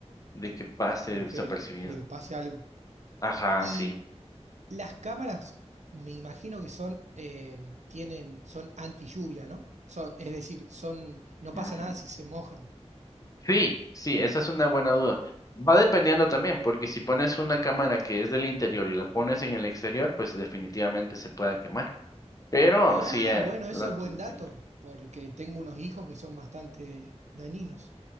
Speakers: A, on the left (about 30°); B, on the right (about 80°).
A: de que pase
B: de
A: desapercibido.
B: que, de que pase algo.
A: Ajá,
B: Y
A: sí.
B: las cámaras, me imagino que son, eh, tienen, son anti lluvia, ¿no? Son, es decir, son, no
A: ujú.
B: pasa nada si se mojan.
A: Sí, sí, esa es una buena duda. Va dependiendo también, porque si pones una cámara que es del interior y la pones en el exterior, pues definitivamente se puede quemar. Pero
B: Ah,
A: sí, eh,
B: bueno,
A: la-
B: eso es buen dato,
A: sí.
B: porque tengo unos hijos que son bastante dañinos,